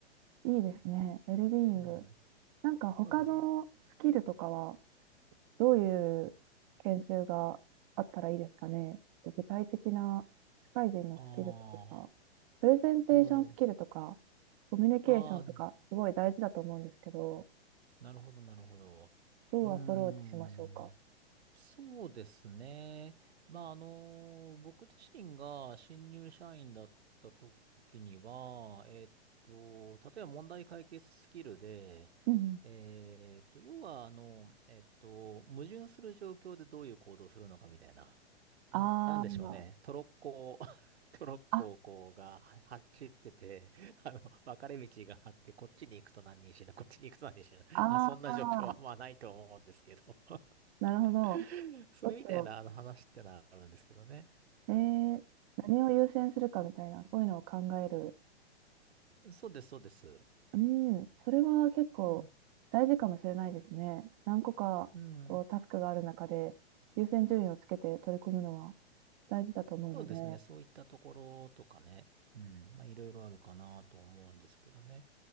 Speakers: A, on the right (about 35°); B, on the right (about 70°).
A: いいですね。ウェルビーイング。
B: うん、
A: なんか他のスキルとかは
B: そうですね。
A: どういう研修があったらいいですかね。具体的な社会人のスキルとか、
B: ああ、
A: プレゼンテーションスキルとか、
B: うん。
A: コミュニケーションとか、
B: ああ、
A: すごい大事だと思うんですけど、
B: なるほど、なるほど。
A: どうアプローチしましょうか。
B: うーん。そうですね。まあ、あの、僕自身が新入社員だった時には、えっと、例えば問題解決スキルで、
A: うんうん
B: えっと、要は、あの、えっと、矛盾する状況でどういう行動をするのかみたいな。
A: あー、
B: んなんでしょうね。トロッコ <laughs> トロッコをこうがは走ってて、
A: あ、
B: <laughs> あの、分かれ道があって、こっちに行くと何人死ぬ、こっちに行くと何人死ぬ。
A: あー、
B: まあ、そんな状況はまあないと思うんですけど。
A: なるほど。
B: <laughs> それみたいなあの話ってのはあるんですけどね。
A: どっちを、えー、何を優先するかみたいな、そういうのを考える
B: そうです、そうです。
A: うん、それは結構大事かもしれないですね。
B: うん。
A: 何個かこうタスクがある中で優先順位をつけて取り組むのは
B: うん。
A: 大事だと思うので。
B: そうですね。そういったところとかね。うん。まあ、いろいろあるかなと思うんですけどね。